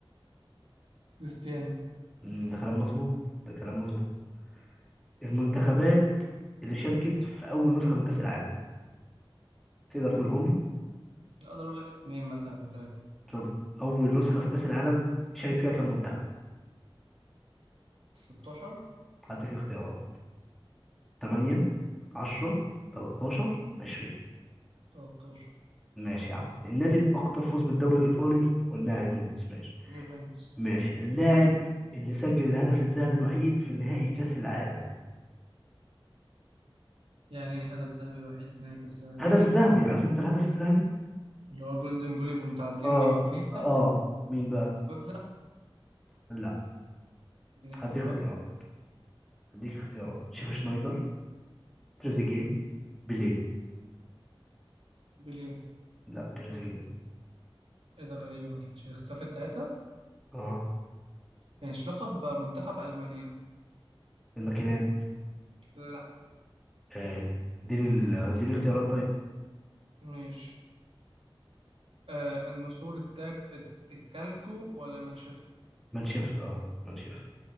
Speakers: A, on the right; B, in the centre.
A: كريستيانو
B: امم ده كلام مظبوط ده كلام مظبوط المنتخبات اللي شاركت في اول نسخه من كاس العالم تقدر تقولهم لي
A: أقدر أقول لك اتنين مثلا أو تلاتة
B: طب أول نسخة في كأس العالم شارك فيها كام منتخب؟
A: 16
B: هديك اختيارات 8 10 13 20
A: 13
B: ماشي يا عم النادي الأكثر فوز بالدوري الإيطالي قلناها يوفنتوس ماشي
A: يوفنتوس
B: ماشي اللاعب اللي سجل الهدف الذهبي الوحيد في نهائي كأس العالم
A: يعني إيه هدف ذهبي وحيد في نهائي كأس العالم
B: هدف الذهبي عارف أنت الهدف الذهبي؟
A: اللي هو جولدن جول يبقوا متعادلين
B: آه
A: واللي يجيب جول يكسب
B: آه مين بقى؟
A: جوتزا
B: لا
A: اديني اختيارات
B: هديك اختيارات هديك اختيارات شيف شنايدر تريزيجيه بيليه
A: بيليه
B: لا تريزيجيه
A: ايه ده غريبة ما كانتش اختفت ساعتها
B: اه
A: ماشي لقب منتخب ألمانيا
B: الماكينات
A: لا
B: آه. اديني ال- اديني اختيارات طيب
A: ماشي آه النسور التاك الت- التالكو ولا مانشفت
B: مان شيفت اه مان شيفت